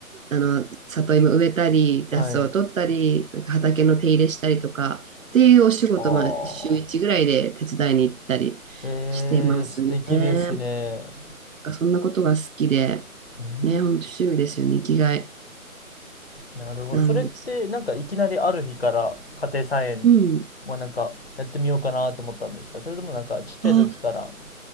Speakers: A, on the right (about 65°); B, on the left (about 45°).
A: あの、里芋植えたり、
B: はい。
A: 雑草を取ったり、なんか畑の手入れしたりとか、っていうお仕事、
B: ああ。
A: まあ、週1ぐらいで手伝いに行ったりしてますね。
B: ええ素敵ですね。
A: なんかそんなことが好きで、
B: うん、
A: ね、本当趣味ですよね、生きがい
B: なるほど。
A: なんです。
B: それって、なんかいきなりある日から家庭菜園
A: うん。
B: はなんかやってみようかなと思ったんですかそれともなんかちっちゃい時から。
A: ああ